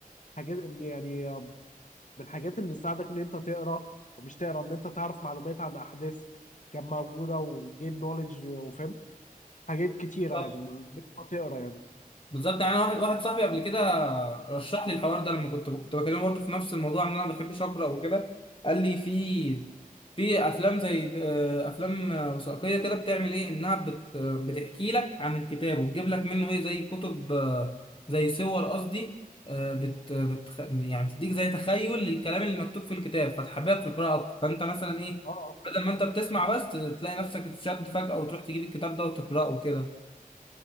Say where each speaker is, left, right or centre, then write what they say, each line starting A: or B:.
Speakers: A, on the left; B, on the left.
A: حاجات يعني آه، من الحاجات اللي تساعدك ان انت تقرا ومش تقرا ان انت تعرف معلومات عن احداث كان موجوده وجين نوليدج وفاهم حاجات كتيره
B: بالظبط
A: يعني من غير ما تقرا يعني
B: بالظبط يعني انا واحد واحد صاحبي قبل كده رشح لي الحوار ده لما كنت كنت بكلمه برضه في نفس الموضوع ان انا ما بحبش اقرا وكده قال لي في في افلام زي آه، افلام آه، وثائقيه كده بتعمل ايه انها بت آه، بتحكي لك عن الكتاب وتجيب لك منه ايه زي كتب آه، زي صور قصدي آه، بت بت يعني بتديك زي تخيل للكلام اللي مكتوب في الكتاب فتحببك في القراءه اكتر فانت مثلا ايه
A: اه
B: بدل ما انت بتسمع بس تلاقي نفسك تشد فجاه وتروح تجيب الكتاب ده وتقراه وكده